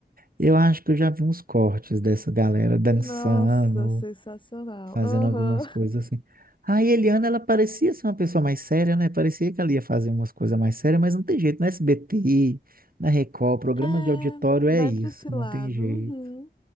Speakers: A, on the right (about 55°); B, on the left (about 25°).
A: Eu acho que eu já vi uns cortes dessa galera dançando,
B: Nossa, sensacional.
A: fazendo
B: Aham.
A: algumas coisas assim. A Eliana, ela parecia ser uma pessoa mais séria, né? Parecia que ela ia fazer umas coisas mais sérias, mas não tem jeito. No SBT, na Record, programa
B: É,
A: de auditório é
B: vai
A: isso,
B: pra esse
A: não
B: lado.
A: tem jeito.
B: Uhum.